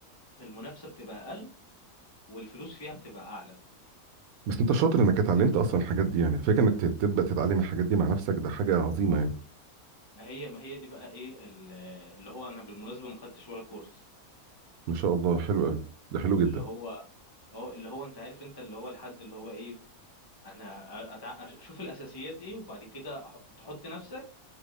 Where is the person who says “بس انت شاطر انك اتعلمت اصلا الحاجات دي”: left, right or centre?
Right